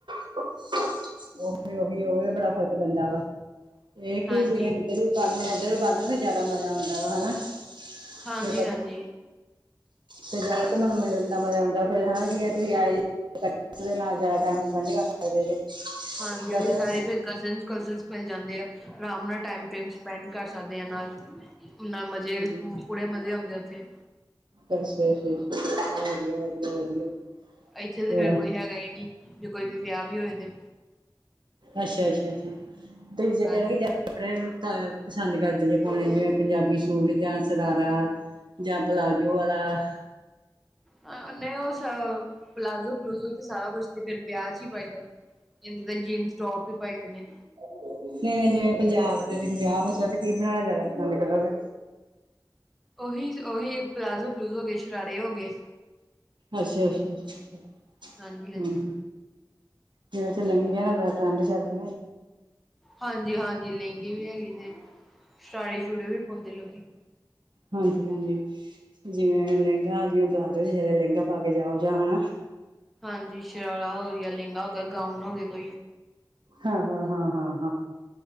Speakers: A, on the right; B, in the centre.
A: ਉਹੀ ਉਹੀ, ਉਹੀ ਬੜਾ ਫ਼ਰਕ ਪੈਂਦਾ ਵਾ ਇਹ ਕੀ
B: ਹਾਂਜੀ
A: ਜਿਵੇਂ ਇਦੋ ਵੀ ਬੰਦ ਹੋਣ, ਓਦੋਂ ਵੀ ਬੰਦ ਹੋਣ ਜ਼ਿਆਦਾ ਮਜ਼ਾ ਆਉਂਦਾ ਵਾ ਹਨਾ
B: ਹਾਂਜੀ
A: ਫਿਰ ਪਤਾ
B: ਹਾਂਜੀ
A: ਫਿਰ ਜ਼ਿਆਦਾ ਘੂੰਮਣ ਮਿਲਣ ਦਾ ਮਜ਼ਾ ਆਉਦਾ ਫਿਰ ਹਨਾ ਜਿਵੇਂ ਤੁਸੀਂ ਆਏ ਜੇ ਨਾਲ ਜ਼ਿਆਦਾ ਟਾਈਮ ਸਪੈਂਡ ਕਰ ਸਕਦੇ ਜੇ।
B: ਹਾਂਜੀ
A: ਇਦਾਂ
B: ਉਹੀ
A: ਦੇ ਉਸ
B: ਸਾਰੇ ਫਿਰ ਕਜ਼ਨਸ਼- ਕੁਜਨਸ਼ ਮਿਲ ਜਾਂਦੇ ਆ। ਆਰਾਮ ਨਾਲ ਟਾਈਮ- ਟੁਇਮੇ ਸਪੈਂਡ ਕਰ ਸਕਦੇ ਆ ਨਾਲ, ਨਾਲ ਮਜ਼ੇ
A: ਹਾਂਜੀ
B: ਪੂਰੇ ਮਜ਼ੇ ਔਂਦੇ ਉੱਥੇ
A: ਅੱਛਾ ਅੱਛਾ ਅੱਛਾ ਚਲੋ ਵਧੀਆ, ਵਧੀਆ, ਵਧੀਆ।
B: ਇੱਥੇ ਤਾਂ
A: ਤੇ
B: ਫੇਰ ਕੋਈ ਹੈਗਾ ਹੀ ਨਹੀਂ ਜੇ ਕੋਈ ਵੀ ਵਿਆਹ- ਵਿਊਹ ਵੀ ਹੋਏ ਤੇ
A: ਅੱਛਾ- ਅੱਛਾ- ਅੱਛਾ ਤੇ ਜੇ
B: ਹਾਂਜੀ
A: ਤੇਰਾ ਵੀ ਜਾ ਕੱਪੜੇ ਤਾਡੇ ਪਸੰਦ ਕਰਦੇ ਨੇ ਪਾਉਣੇ ਜਿਵੇਂ ਪੰਜਾਬੀ ਸੂਟ ਜਾਂ ਸਰਾਰਾ ਜਾਂ ਪਲਾਜੋ ਆਲਾ
B: ਆਂ ਨਹੀਂ, ਉਹ ਸ ਪਲਾਜ਼ੋ ਪਲੂਜੋ ਤੇ ਸਾਰਾ ਕੁਛ ਤੇ ਫੇਰ ਵਿਆਹ 'ਚ ਹੀ ਪਾਈਦਾ ਇਹੰਦੇ ਜੀਨਸ ਟੋਪ ਹੀ ਪਾਈ ਦੇ ਨੇ
A: ਨਹੀਂ- ਨਹੀਂ ਜਿਵੇਂ ਪੰਜਾਬ ਦੇ ਤੁਸੀਂ ਵਿਆਹ ਵਿੱਚ ਕੀ ਬਣਾਉਣਾ ਜ਼ਿਆਦਾ ਪਸੰਦ ਕਰੋਗੇ?
B: ਉਹੀ, ਉਹੀ ਪਲਾਜ਼ੋ ਪਲੂਜੋ ਦੇ ਸ਼ਰਾਰੇ ਹੋ ਗਏ
A: ਅੱਛਾ- ਅੱਛਾ- ਅੱਛਾ,
B: ਹਾਂਜੀ ਹਾਂਜੀ
A: ਹਮ- ਹਮ ਜਿਵੇਂ ਚਲਣ ਦਿਆ, ਇਹਦਾ ਬੜਾ ਟਰੈਂਡ ਚੱਲਦਾ
B: ਹਾਂਜੀ- ਹਾਂਜੀ ਲਹਿੰਗੇ ਵੀ ਹੈਗੇ ਨੇ, ਸ਼ਰਾਰੇ ਸ਼ਰੂਰੇ ਵੀ ਪਾਉਂਦੇ ਲੋਕੀ
A: ਹਾਂਜੀ- ਹਾਂਜੀ ਜਿਵੇਂ ਲਹਿੰਗਾ ਜਿਵੇਂ ਬਰਾਤ ਵਿੱਚ ਲਹਿੰਗਾ ਪਾ ਕੇ ਜਾਓ ਜਾਂ ਹਨਾ
B: ਹਾਂਜੀ ਸ਼ਰਾਰਾ ਹੋ ਗਿਆ, ਲਹਿੰਗਾ ਹੋ ਗਿਆ, ਗਾਊਨ ਹੋ ਗਏ ਕੋਈ
A: ਹਾਂ- ਹਾਂ -ਹਾਂ- ਹਾਂ,